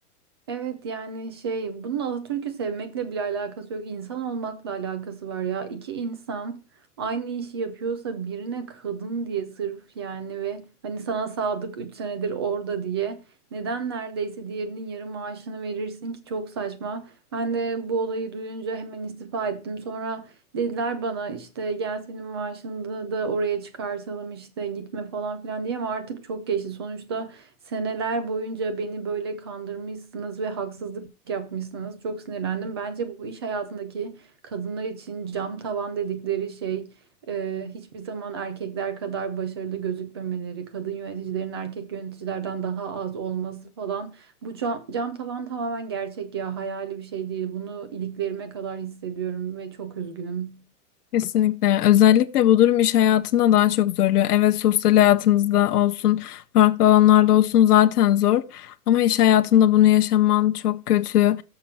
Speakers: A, on the right; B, on the left.
A: Evet yani şey bunun Atatürk'ü sevmekle bile alakası yok. İnsan olmakla alakası var ya. İki insan aynı işi yapıyorsa birine kadın diye sırf yani ve hani sana sadık 3 senedir orada diye neden neredeyse diğerinin yarı maaşını verirsin ki çok saçma. Ben de bu olayı duyunca hemen istifa ettim. Sonra dediler bana işte gel senin maaşını da da oraya çıkartalım işte gitme falan filan diye ama artık çok geçti. Sonuçta Seneler boyunca beni böyle kandırmışsınız ve haksızlık yapmışsınız. Çok sinirlendim. Bence bu iş hayatındaki kadınlar için cam tavan dedikleri şey e, hiçbir zaman erkekler kadar başarılı gözükmemeleri, kadın yöneticilerin erkek yöneticilerden daha az olması falan. Bu cam, cam tavan tamamen gerçek ya, hayali bir şey değil. Bunu iliklerime kadar hissediyorum ve çok üzgünüm.
B: Kesinlikle. Özellikle bu durum iş hayatında daha çok zorluyor. Evet sosyal hayatımızda olsun, farklı alanlarda olsun zaten zor. Ama iş hayatında bunu yaşaman çok kötü.